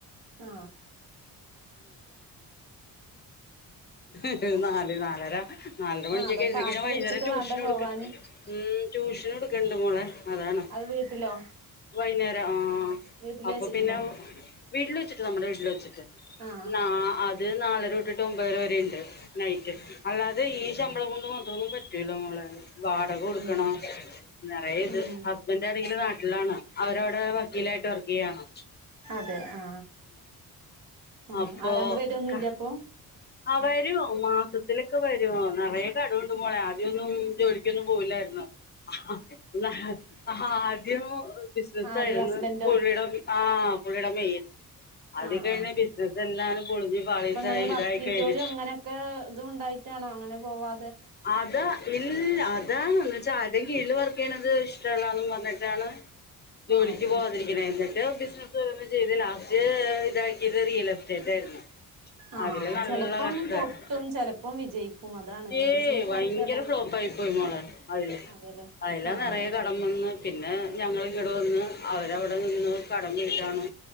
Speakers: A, on the right (about 60°); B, on the left (about 30°).
A: ആ
B: ആ നാല് നാലര നാലര മണിക്കൊക്കെ ആ നാല് നാലര നാലര മണിക്കൊക്കെ
A: ആ അതൊക്കെ
B: എഴുന്നേറ്റ്
A: ആക്കി
B: ഞാൻ വൈന്നേര
A: വെച്ചിട്ട്
B: ട്യൂഷൻ
A: വേണ്ടേ പോവാന്
B: എടുക്ക ഉ ട്യൂഷൻ എടുക്കണ്ട് മോളെ അതാണ്
A: അതു വീട്ടിലോ
B: വൈന്നേരം ആ
A: വീട്ടില്
B: അപ്പൊ
A: വെച്ചിട്ടല്ലേ
B: പിന്നെ വീട്ടില് വച്ചിട്ട് നമ്മുടെ വീട്ടില് വച്ചിട്ട്
A: ആ
B: ന അത് നാലര രട്ട് ഒമ്പേരവരെ ഉണ്ട് നൈറ്റ്‌ അല്ലാതെ ഈ സം റ്റള വൊണ്ട് മാത്രന്നും പറ്റൂല മോളെ വാടക കൊടുക്കണോ
A: ആ
B: നിറയ ഇത്
A: ഉം
B: ഹസ്ബന്റ്ണങ്കിൽ നാ ട്ടില്ലാണൊ അവരോ ടെ വക്കീലായിട്ട് വർക്കയ്യാണോ
A: അതെ ആ ഉ
B: അപ്പൊ
A: അവ രണ്ടു പേര ഒന്നും
B: ക
A: ഇല്ലപ്പൊ
B: ആ വരൊ മാ തുത്തിലൊക്കെ വരൊ നിറയ കടുണ്ട് മോളെ ആദ്യന്നും ജോലിക്കൊന്നും പോവില്ലായിരുന്നു അഹ് ആ ഇല്ലഹേ ആ ത്തിയോ അഹ് ബിസിനസ്
A: ആര്
B: ആയിരുന്നു
A: ഹസ്ബൻഡോ
B: പുള്ളിടെ ആഹ് പുള്ളിയട മെയിൻ അത്
A: ആ
B: കഴിഞ്ഞു
A: ആ
B: ബിസിനസ് എല്ലാം അതിനു പൊളിഞ്ഞു പാളിസായി
A: അപ്പൊ ഇങ്ങനെ
B: ഇതായി
A: വക്കീൽ
B: കഴിഞ്ഞ്
A: ജോലി അങ്ങനെയൊക്കെ ഇതും ഉണ്ടായിട്ടാണോ അങ്ങ <unintelligible> പോവാ
B: അതാ ഇല്ല അതാണന്ന് വച്ചാ ആരെ കീഴിൽ വർക്ക് ചെയ്യണത് ഇഷ്ടമല്ലാന്നും പറഞ്ഞിട്ടാണ് ജോലിക്ക്
A: ആ ശരി
B: പോകാതിരിക്കണെ എന്നിട്ട് <unintelligible> ചെയ്ത് ലാസ്റ്റ് ഇതാക്കിയത് റിയൽ എസ്റ്റേറ്റ് ആയിരുന്നു
A: ആഹ്
B: അതില്
A: അത്
B: നല്ല
A: ചെലപ്പം
B: കഷ്ടായി
A: പൊട്ടും ചിലപ്പം വിജയിക്കും അതാണ്
B: ഏയ്
A: ബിസിനസ്
B: ഭയങ്കര
A: നടത്തിയ അതാണ്
B: ഫ്ലോപ്പ് ആയി പോയി മോളെ അതില്
A: അതെല്ലേ
B: അതിലാ
A: ആഹ്
B: നിറയെ കടം വന്ന് പിന്നെ ഞങ്ങള് ഇവ്ട വന്ന് അവരവിടെ നിന്ന് കടം വീട്ടാണ്